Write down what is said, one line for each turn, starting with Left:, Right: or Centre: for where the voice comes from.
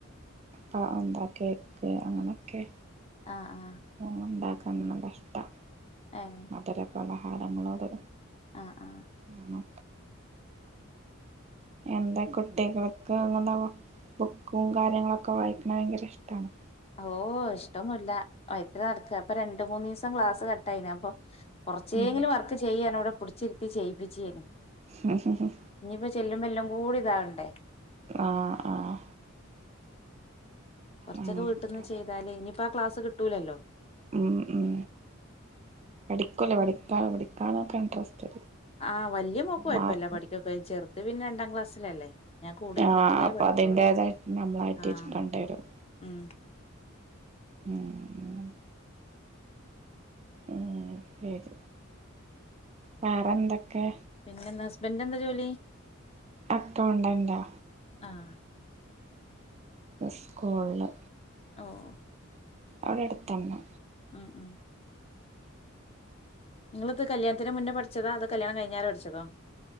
Right: പാ എന്താ കേക്ക് അങ്ങനെയൊക്കെ
Left: ആഹ് ആഹ്.
Right: ഉണ്ടാക്കാൻ നല്ല ഇഷ്ടാ.
Left: ഏഹ്
Right: മധുര പലഹാരങ്ങളോട്
Left: ആ ആ
Right: അങ്ങനെ എന്താ കുട്ടികൾക്ക് അങ്ങനെ ബുക്കും കാര്യങ്ങളൊക്കെ വായിക്കണെ ഭയങ്കര ഇഷ്ടമാണോ?
Left: ഓഹ് ഇഷ്ടൊന്നൂല്ല. മയത്തില് നടക്കാ. അപ്പൊ രണ്ടു മൂന്നു ദിവസം ക്ലാസ് കട്ടായീന്. അപ്പൊ കുറച്ചെങ്കിലും
Right: ഉം
Left: വർക്ക് ചെയ്യ്. ഞാനിവിടെ പിടിച്ചിരുത്തി ചെയ്യിപ്പിച്ചേനി.
Right: ഹും ഹും ഹും.
Left: ഇഞ്ഞിയിപ്പോ ചെല്ലുമ്പേ എല്ലാം കൂടി ഇതാവണ്ടേ.
Right: ആഹ് ആഹ്.
Left: കുറച്ചൊക്കെ
Right: അങ്ങനൊക്കെ
Left: വീട്ടിന്ന് ചെയ്താല് ഇനിയിപ്പെ ആ ക്ലാസ് കിട്ടൂലല്ലോ.
Right: ഉം ഉം പഠിക്കൂല്ലേ. പഠിക്ക പഠിക്കാനൊക്കെ ഇൻട്രസ്റ്റ്
Left: ആഹ് വല്യ മോൾക്ക് കൊയപ്പോല്ല.
Right: മാർക്ക്
Left: പഠിക്കൊക്കെ ചെറുത് പിന്നെ രണ്ടാം ക്ലാസ്സിലല്ലേ. ഞാൻ കൂടെ ഇരുന്നെങ്കിലേ
Right: ആഹ് അപ്പൊ
Left: പഠിക്കുള്ളൂ
Right: അതിന്റേതായിട്ട് നമ്മളായിട്ട്
Left: ആഹ്
Right: ഇര്കണ്ടി വരും.
Left: ഉം
Right: ഉം ഉം ശരി. വേറെ എന്തൊക്കെ?
Left: പിന്നെന്താ ഹസ്ബൻൻ്റിന് എന്താ ജോലി?
Right: അക്കൗണ്ടന്റാ
Left: ആഹ്.
Right: സ്കൂളില്.
Left: ഓഹ്.
Right: അവിടെ അടുത്തന്നെ
Left: ഉം ഉം നിങ്ങളിത് കല്യാണത്തിന് മുന്നേ പഠിച്ചതോ അതോ കല്യാണം കഴിഞ്ഞാം രെ പഠിച്ചതോ